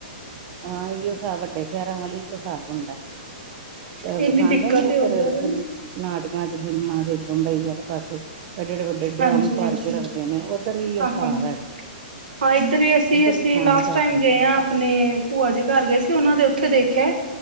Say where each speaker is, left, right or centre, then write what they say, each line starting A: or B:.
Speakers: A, on the right; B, on the right.
A: ਹਾਂ ਅਈਯੋ ਹਿਸਾਬ ਵੱਡੇ ਸ਼ੈਰਾਂ ਵਾਲੇ ਅਈਯੋ ਸਾਬ ਹੁੰਦੈ। ਤਦ
B: ਇੰਨੀ
A: ਵਖਾਦੇ
B: ਦਿੱਕਤ
A: ਨੀ ਐਧਰ
B: ਏ ਉੱਧਰ
A: ਫਿਲ ਨਾਟਕਾਂ 'ਚ, ਫਿਲਮਾਂ ਦੇ ਇੱਚ ਬੰਬਈ ਵਾਲੇ ਪਾਸੇ। ਐਡੇ-ਐਡੇ ਵੱਡੇ
B: ਹਾਂਜੀ
A: ਡ੍ਰਾਮ ਭਰ
B: ਹਾਂਜੀ
A: ਕੇ ਰੱਖਦੇ ਨੇ ਓਧਰ ਵੀ ਅਈਓ
B: ਹਾਂ
A: ਸਾਬ
B: ਹਾਂ
A: ਹੈਗਾ।
B: ਹਾਂ ਇੱਧਰ ਵੀ ਅਸੀ-ਅਸੀ
A: ਉੱਧਰ ਵੀ ਪਾਣੀ
B: ਲਾਸਟ
A: ਘੱਟ
B: ਟਾਈਮ
A: ਹੈ।
B: ਗਏ ਆਂ ਆਪਣੇ। ਭੂਆ ਜੀ ਘਾਰ ਗਏ ਸੀ, ਓਨਾਂ ਦੇ ਓਥੇ ਦੇਖੇਐ